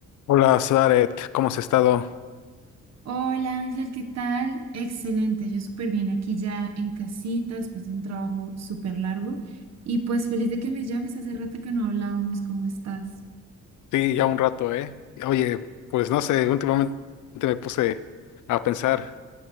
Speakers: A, on the left (about 75°); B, on the right (about 60°).
A: Hola, Zaret, ¿cómo has estado?
B: Hola Ángel, ¿qué tal? Excelente, yo súper bien aquí ya en casita, después de un trabajo súper largo. Y pues feliz de que me llames, hace rato que no hablábamos, ¿cómo estás?
A: Sí, ya un rato, ¿eh? Oye, pues no sé, últimamente me puse a pensar,